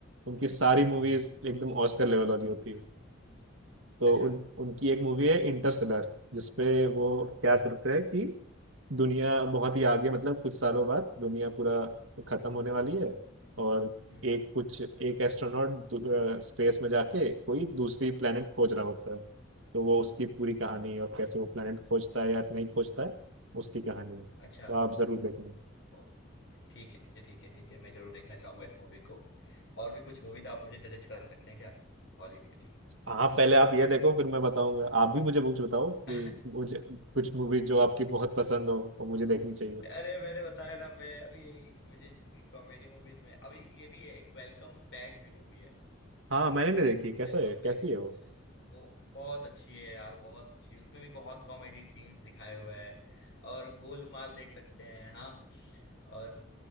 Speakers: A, on the right; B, on the left.
A: उनकी सारी मूवीज
B: हम्म
A: एकदम ऑस्कर लेवल वाली होती है तो
B: अच्छा
A: उन उनकी एक मूवी है इंटरस्टेलर जिसपे वो क्या
B: हम्म
A: करते हैं कि दुनिया बहुत ही आगे मतलब कुछ सालों बाद दुनिया पूरा खत्म
B: हम्म
A: होने
B: हम्म
A: वाली है और
B: हम्म, हम्म,
A: एक कुछ एक एस्ट्रोनॉट स्पेस में जाके कोई दूसरी प्लेनेट खोज रहा होता है तो वो उसकी पूरी कहानी है और कैसे वो प्लेनेट खोजता है या नहीं खोजता है उसकी कहानी है तो
B: अच्छा
A: आप जरूर देखना
B: ओ, ठीक है ठीक है ठीक है मैं जरूर देखना चाहूंगा इस मूवी को और भी कुछ मूवीज आप मुझे सजेस्ट कर सकते हैं क्या हॉलीवुड की
A: हाँ पहले आप ये देखो फिर मैं बताऊंगा आप भी मुझे कुछ बताओ कि
B: <laughs>
A: मुझे कुछ मूवीज जो आपकी बहुत पसंद हो और मुझे देखनी चाहिए
B: अरे मैंने बताया ना मैं अभी यही मुझे कॉमेडी मूवीज में अभी ये भी है एक वेलकम बैक भी मूवी है
A: हाँ मैंने नहीं देखी कैसा
B: वेलकम
A: है
B: बैक
A: कैसी है वो
B: वो बहुत अच्छी है यार बहुत अच्छी उसमें भी बहुत कॉमेडी सीन्स दिखाए हुए हैं और गोलमाल देख सकते हैं हाँ और